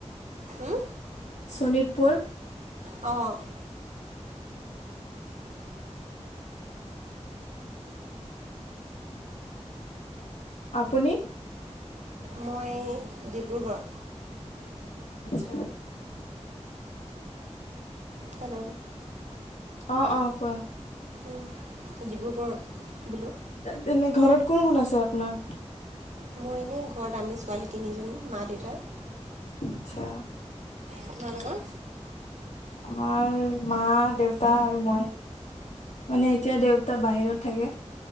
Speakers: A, on the right; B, on the left.
A: হুম
B: শোণিতপুৰ
A: অ'
B: আপুনি
A: মই ডিব্ৰুগড়
B: আচছা
A: হেল্
B: অ অ কোৱা
A: উম ডিব্ৰুগড় বোলো
B: তেনে ঘৰত কোন কোন আছে আপোনাৰ
A: মোৰ এনেই ঘৰত আমি ছোৱালী তিনিজনী মা দেউতা
B: আচ্ছা
A: তোমালোকৰ
B: আমাৰ মা দেউতা আৰু মই মানে এতিয়া দেউতা বাহিৰত থাকে